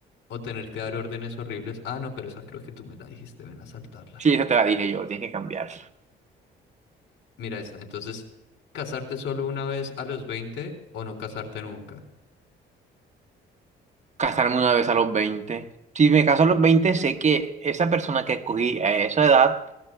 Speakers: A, on the left; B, on the right.
A: o tener que dar órdenes horribles. Ah, no, pero esa creo que tú me la dijiste, ven a saltarla.
B: Sí, esa te la dije yo, tienes que cambiar.
A: Mira esta. Entonces, casarte solo una vez a los 20 o no casarte nunca.
B: Casarme una vez a los veinte Si me caso a los 20 sé que esa persona que escogí a esa edad